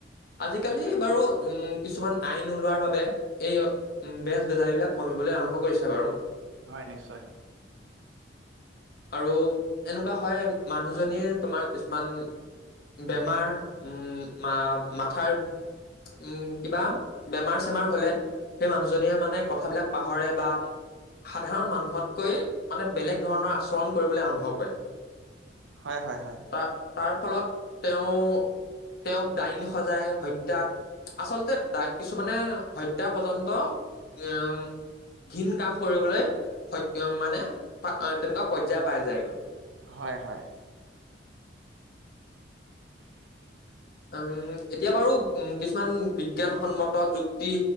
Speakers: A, on the left; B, on the right.
A: <unintelligible> আজিকালি বাৰু উম কিছুমান আইন ওলোৱাৰ বাবে এই বেজ বেজাৰী বিলাক কমিবলৈ আৰম্ভ কৰিছে বাৰু।
B: হয় নিশ্চয়
A: আৰু এনেকুৱা হয় মানুহজনীৰ তোমাৰ কিছুমান বেমাৰ উম, মা-মাথাৰ। উম কিবা বেমাৰ চেমাৰ হলে সেই মানুহজনীয়ে মানে কথাবিলাক পাহৰে বা সাধাৰণ মানুহতকৈ মানে বেলেগ ধৰণৰ আচৰণ কৰিবলৈ আৰম্ভ কৰে
B: হয় হয় হয়
A: তাৰ তাৰ ফলত তেওঁ তেওঁক দাইনী সজাই হত্যা আচলতেই কিছুমানে হত্যা পৰ্যন্ত উম ঘীণ কাম কৰিবলৈ সক্ষম মানে তেনেকুৱা পৰ্যায় পাই যায়গৈ
B: হয়, হয়।
A: উম' এতিয়া বাৰু উম, কিছুমান বিজ্ঞানসন্মত যুক্তি